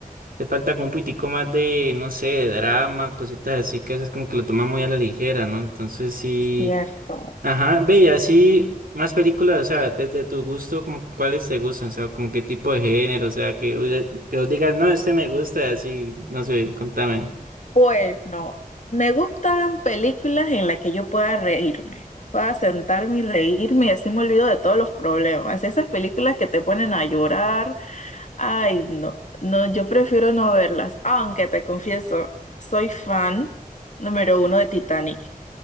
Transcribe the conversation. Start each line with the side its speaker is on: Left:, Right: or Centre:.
Right: Le falta como un pitico más de, no sé, de drama, cositas así que a veces como que lo toman muy a la ligera, ¿no? Entonces sí.
Left: Cierto.
Right: Ajá, ve, y así más películas, o sea, desde tu gusto, como cuáles te gustan, o sea, como qué tipo de género, o sea, que, vos que vos digas, no, este me gusta, así, no sé, contame.
Left: Bueno, me gustan películas en las que yo pueda reírme, pueda sentarme y reírme y así me olvido de todos los problemas. Esas películas que te ponen a llorar Ay, no, no, yo prefiero no verlas, aunque te confieso, soy fan número uno de Titanic